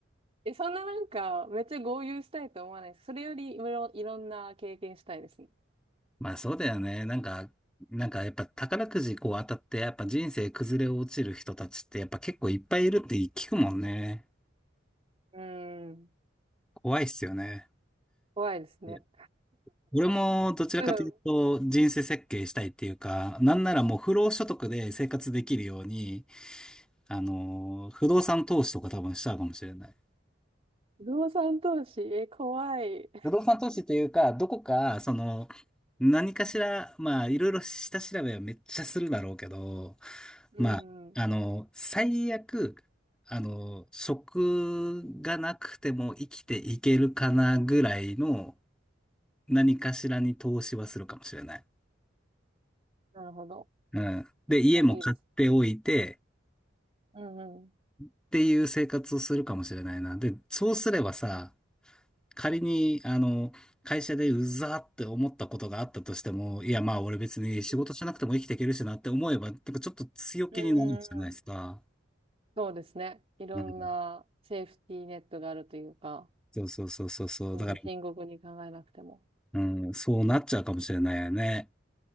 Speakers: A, on the right; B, in the centre.
A: え、そんななんか、めっちゃ豪遊したいと思わないです。それよりいろ、いろんな経験したいですね。
B: まあそうだよね。なんか、なんかやっぱ宝くじこう当たって、やっぱ人生崩れ落ちる人たちってやっぱ結構いっぱいいるって聞くもんね。
A: うーん。
B: 怖いっすよね。
A: 怖いですね。
B: で俺もどちらかというと人生設計したいっていうか、
A: だから
B: なんならもう不労所得で生活できるように、あのー、不動産投資とか多分しちゃうかもしれない。
A: 不動産投資、え、怖い。
B: 不動産投資というか、どこか、その、何かしら、まあ、いろいろ下調べはめっちゃするだろうけど、
A: うん。
B: まあ、あの、最悪、あの、職がなくても生きていけるかなぐらいの何かしらに投資はするかもしれない。
A: なるほど。
B: うん。で、
A: 確かにいいです。
B: 家も買っておいて
A: うんうん。
B: っていう生活をするかもしれないな。で、そうすればさ、仮に、あの、会社でうざーって思ったことがあったとしても、いや、まあ、俺別に仕事しなくても生きていけるしなって思えば、
A: うん。
B: なんかちょっと強気になるんじゃないですか。
A: うんうんうん。そうですね。いろんなセーフティーネットがあるというか。
B: うん。そうそうそうそうそう。
A: そんな深刻に考えなくても。
B: だから、うん、そうなっちゃうかもしれないよね。